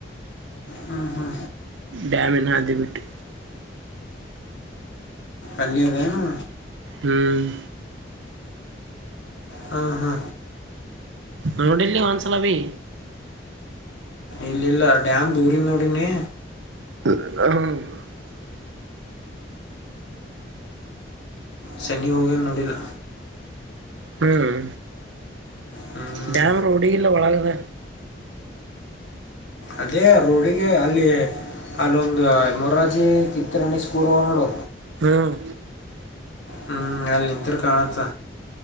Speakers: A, on the left; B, on the right.
A: ಹ್ಞೂ ಹ್ಞೂ
B: ಡ್ಯಾಮಿನ ಹಾದಿಬಿಟ್ಟು
A: ಅಲ್ಲದನು
B: ಹ್ಮ್
A: ಹ ಹಾ
B: ನ್ಯೂ ಡೆಲ್ಲಿ ವನ್ಸಲ ಬಿ
A: ಇಲ್ಲಿ ಇಲ್ಲ ಡ್ಯಾಮ್ ದೂರಿನೋಡನೇ
B: ಹ
A: ಸನ್ನಿಿವೋಗಲ್ ನುಡಲ
B: ಹ್ಮ್
A: ಹ್ಞೂ
B: ಡ್ಯಾಮ್ ರೋಡಿಿಗೆಲ್ಲ ಒಳಗದ
A: ಅದೇ ರೋಡಿಗೆ ಅಲ್ಲಿ ಅಲ್ಲೊಂದು ಮೋರಾಜಿ ಚಿತ್ರಾಣಿ ಸ್ಕೂಲ್ ನೋಡು
B: ಹ್ಮ್
A: ಹ್ಮ್ ಅಲ್ಲಿ ನಿಂತರು ಕಾಣತ್ತ